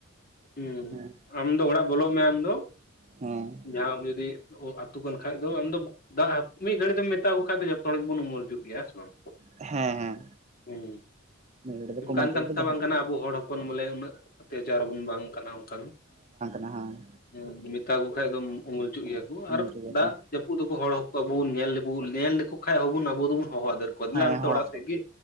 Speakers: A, on the left (about 45°); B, on the right (about 35°).
A: ᱦᱩᱸ
B: ᱦᱮᱸ
A: ᱟᱢ ᱫᱚ ᱚᱲᱟᱜ ᱵᱚᱞᱚᱜ ᱢᱮ ᱟᱢ ᱫᱚ,
B: ᱦᱮᱸ,
A: ᱡᱟᱦᱟᱸ ᱠᱚ ᱡᱩᱫᱤ ᱟᱹᱛᱩ ᱠᱟᱱ ᱠᱷᱟᱭ ᱫᱚ ᱟᱢ ᱫᱟᱜᱽ ᱢᱤᱫ ᱜᱷᱟᱹᱲᱤᱜ ᱫᱚᱢ ᱢᱮᱛᱟᱣᱟᱠᱚ ᱠᱷᱟᱱ ᱫᱚ ᱡᱚᱛᱚ ᱦᱚᱲ ᱜᱮᱵᱚᱱ ᱩᱢᱩᱞ ᱩᱪᱩᱜ ᱜᱮᱭᱟ ᱥᱮ ᱵᱟᱝ,
B: ᱦᱮᱸ ᱦᱮᱸ
A: ᱦᱩᱸ
B: ᱱᱤᱭᱟᱹ ᱜᱷᱟᱹᱲᱤ ᱫᱚ ᱠᱳᱢᱚᱞ
A: ᱚᱱᱠᱟᱱ
B: ᱪᱩᱠ
A: ᱠᱟᱱ
B: ᱫᱚ
A: ᱠᱟᱛᱷᱟ
B: ᱡᱟᱦᱟᱸ
A: ᱵᱟᱝ ᱠᱟᱱᱟ ᱟᱵᱚ ᱦᱚᱲ ᱦᱚᱯ ᱯᱚᱱ ᱵᱚᱞᱮ ᱩᱱᱟᱹᱜ ᱚᱛᱟᱭᱪᱟᱨ ᱵᱚᱱ ᱵᱟᱝ ᱠᱟᱱᱟ ᱚᱱᱠᱟ ᱫᱚ,
B: ᱦᱟᱸ
A: ᱦᱮᱸ ᱢᱮᱛᱟ ᱠᱚ ᱠᱷᱟᱭ ᱫᱚᱢ ᱩᱢᱩᱞ ᱚᱪᱚ ᱜᱮᱭᱟ ᱠᱚ
B: ᱩᱢᱩᱞ
A: ᱟᱨ
B: ᱪᱩᱠ
A: ᱫᱟᱜᱽ
B: ᱠᱟᱱᱟ
A: ᱡᱟᱹᱯᱩᱫ ᱵᱩ ᱦᱚᱲ ᱦᱚᱸ ᱟᱵᱚᱱ ᱧᱮᱞ ᱞᱮᱵᱚ ᱧᱮᱞ ᱞᱮᱠᱚ ᱠᱷᱟᱭ ᱦᱚᱵᱚᱱ ᱫᱚᱵᱚᱱ ᱦᱚᱦᱚ ᱟᱫᱮᱨ ᱠᱚᱫᱞᱟᱭᱟᱢ
B: ᱦᱮᱸ
A: ᱛᱚ
B: ᱦᱚᱸ
A: ᱚᱲᱟᱜ ᱥᱮᱡᱜᱮ